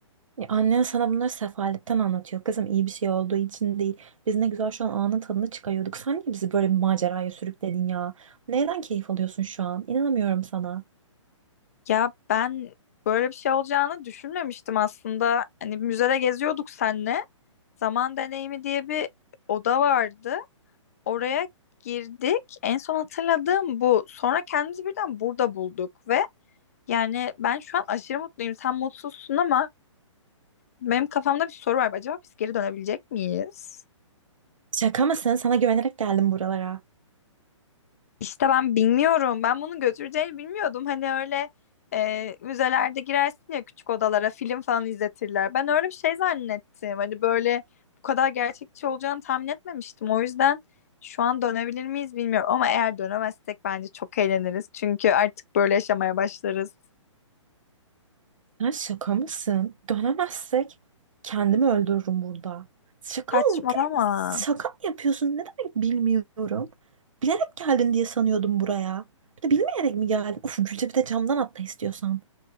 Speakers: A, on the right; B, on the left.
A: Ya annen sana bunları sefaletten anlatıyor. Kızım iyi bir şey olduğu için değil. Biz ne güzel şu an anın tadını çıkarıyorduk. Sen niye bizi böyle bir maceraya sürükledin ya? Neyden keyif alıyorsun şu an? İnanamıyorum sana.
B: Ya ben böyle bir şey olacağını düşünmemiştim aslında. Hani müzede geziyorduk senle. Zaman deneyimi diye bir oda vardı. Oraya girdik. En son hatırladığım bu. Sonra kendimizi birden burada bulduk ve yani ben şu an aşırı mutluyum. Sen mutsuzsun ama benim kafamda bir soru var. Acaba biz geri dönebilecek miyiz?
A: Şaka mısın? Sana güvenerek geldim buralara.
B: İşte ben bilmiyorum. Ben bunun götüreceğini bilmiyordum. Hani öyle e, müzelerde girersin ya küçük odalara film falan izletirler. Ben öyle bir şey zannettim. Hani böyle bu kadar gerçekçi olacağını tahmin etmemiştim. O yüzden şu an dönebilir miyiz bilmiyorum. Ama eğer dönemezsek bence çok eğleniriz. Çünkü artık böyle yaşamaya başlarız.
A: Sen şaka mısın? Dönemezsek kendimi öldürürüm burada. Şaka
B: Saçmalama.
A: ol ya Şaka mı yapıyorsun? Ne demek bilmiyorum. Bilerek geldin diye sanıyordum buraya. Bir de bilmeyerek mi geldin? Uf Gülce bir de camdan atla istiyorsan.